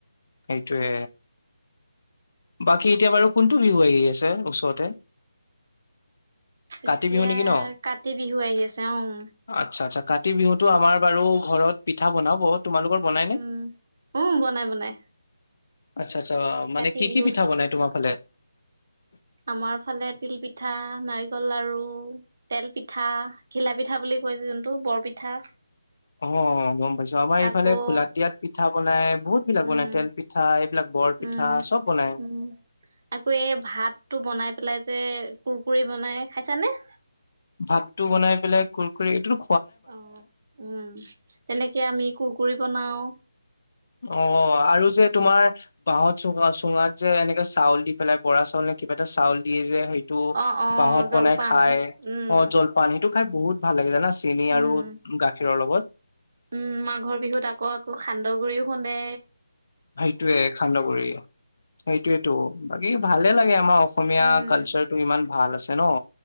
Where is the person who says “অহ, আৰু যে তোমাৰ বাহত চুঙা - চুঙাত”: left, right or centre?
Left